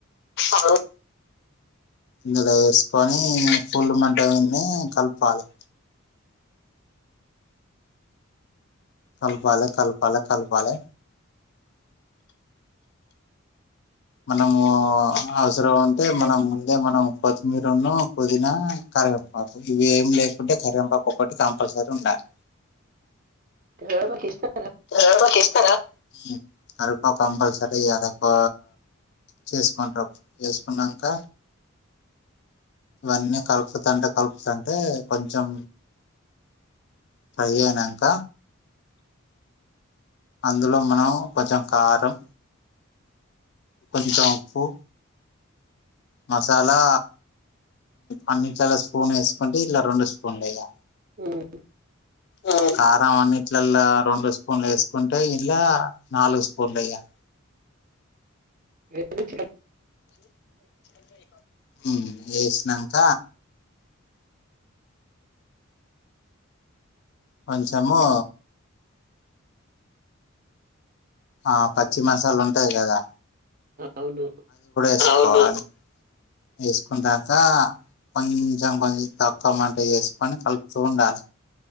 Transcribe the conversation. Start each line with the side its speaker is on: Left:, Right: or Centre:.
Left: ఆ వ్ ఇందులో వేసుకొని ఫూల్ మంట విని కలపాలి కల్ పాలె కల్ పాలె కల్ పాలె మనము అవసరం ఉంటే మనం ముందే మనం కొత్తిమీరును పుదీనా కరింపాకు ఇవి ఏం లేకుంటే కరిీవంపాప ఒకటి కంపల్సరీ ఉండాలి
Right: కరివేపాకు వేస్తారు
Left: కరేపాకేస్తారా ఉ కరేపాకు కంపల్సరీ వేయాలి ఒక చేసుకుంటారుప్పుడు చేసుకున్నాక ఇవన్నీ కలుపుతంటే కలుపుతుంటే కొంచెం ప్ర ఏేనాంక అందులో మనం కొంచెం కారం కొంచం ఉప్పు మసాలా అన్నిట్లలో స్పూన్ వేసుకుంటే ఇందులో రెండు స్పూన్లు్యా
Right: ఉమ్
Left: ఉ కారం అని ఇట్లలా రెండు స్పూన్లు వేసుకుంటే ఇలా నాలుగు స్పూన్లు వెయ్యాలి
Right: ఏ చి నా
Left: ఉ వేసినాక కొంచము ఆ పచ్చి మసాలా ఉంటది కదా
Right: అవును
Left: అవును వేసుకోవాలి వేసుకున్నాక కొంచెం కొంచెం తక్కువ మంట చేసుకొని కలుపుతూ ఉండాలి